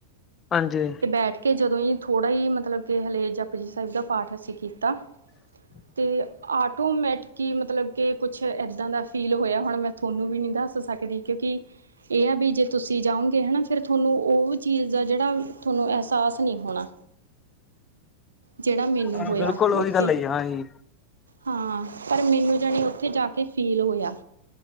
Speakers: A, on the left; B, on the right.
A: ਹਾਂਜੀ।
B: ਤੇ ਬੈਠ ਕੇ ਜਦੋਂ ਈ ਥੋੜ੍ਹਾ ਈ ਮਤਲਬ ਕਿ ਹਲੇ ਜਪੁ ਜੀ ਸਾਹਿਬ ਦਾ ਪਾਠ ਅਸੀਂ ਕੀਤਾ।
A: <inaudible>
B: ਤੇ ਆਟੋਮੈਟਿਕੀ ਮਤਲਬ ਕਿ ਕੁਛ ਐਦਾਂ ਦਾ ਫੀਲ ਹੋਇਆ ਹੁਣ ਮੈਂ ਉਨੂ ਵੀ ਨਹੀਂ ਦੱਸ ਸਕਦੀ। ਕਿਉਂਕਿ ਏ ਹੈ ਵੀ ਜੇ ਤੁਸੀਂ ਜਾਓਗੇ ਹਨਾ ਫਿਰ ਤੁਹਾਨੂੰ ਉਹ ਚੀਜ਼ ਦਾ ਜਿਹੜਾ ਤੁਹਾਨੂੰ ਅਹਿਸਾਸ ਨਹੀਂ ਹੋਣਾ। ਜੇੜਾ ਮੈਨੂੰ
A: ਹਾਂ
B: ਹੋਇਆ
A: ਬਿਲਕੁਲ ਉਹੀ
B: ਉੱਥੇ
A: ਗੱਲ ਹੈ ਹਾਂਜੀ
B: ਹਾਂ ਪਰ ਮੈਨੂੰ ਜਾਣੀ ਉੱਥੇ ਜਾ ਕੇ ਫੀਲ ਹੋਇਆ।